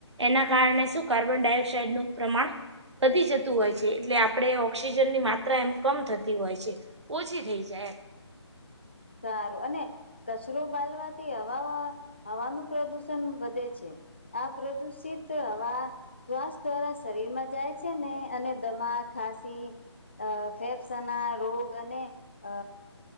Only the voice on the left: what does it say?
સારું અને કચરો બાલવાથી હવામા હવાનું પ્રદુષણ વધે છે. આ પ્રદુષિત હવા શ્વાસ દ્વારા શરીરમાં જાય છે ને અને દમા ખાસી અ ફેફ્સના રોગ અને અ